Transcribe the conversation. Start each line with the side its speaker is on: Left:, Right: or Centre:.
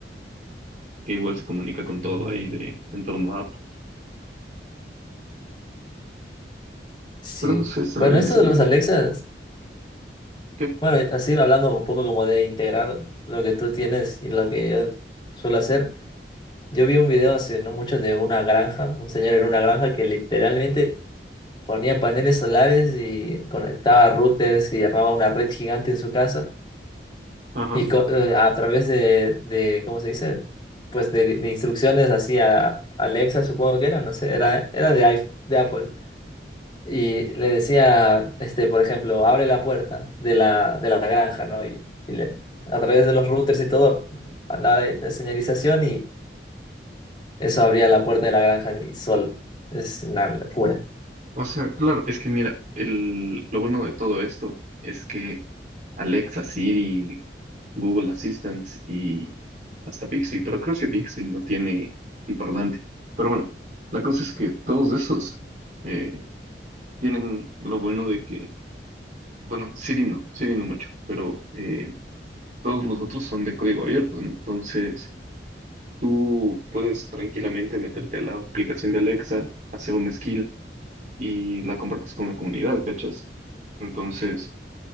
Right: que igual se comunica con
Left: Mm,
Right: todo ahí de en torno a Apple.
Left: Sí.
Right: Pero no sé, ¿sabes?
Left: Bueno, esto
Right: eh,
Left: de los Alexas,
Right: ¿qué?
Left: bueno, así hablando un poco como de integrar lo que tú tienes y lo que yo suelo hacer, yo vi un video hace no mucho de una granja, un señor en una granja que literalmente ponía paneles solares y conectaba routers y armaba una red gigante en su casa
Right: ajá
Left: Y co- eh, a través de, de, ¿cómo se dice? Pues de, de instrucciones así a Alexa, supongo que era, no sé, era, era de iPhone, de Apple. Y le decía, este, por ejemplo, abre la puerta de la, de la granja, ¿no? Y, y le- a través de los routers y todo, hablaba de, de señalización y eso abría la puerta de la granja y solo. Es una locura.
Right: O sea, claro, es que mira, el, lo bueno de todo esto es que Alexa, Siri, Google Assistant y hasta Bixby, pero creo que Bixby no tiene un parlante. Pero bueno, la cosa es que todos esos eh, tienen lo bueno de que, bueno, Siri no, Siri no mucho, pero eh, todos los otros son de código abierto, ¿no? entonces tú puedes tranquilamente meterte a la aplicación de Alexa, hacer un skill y la compartes con la comunidad, ¿cachas? Entonces,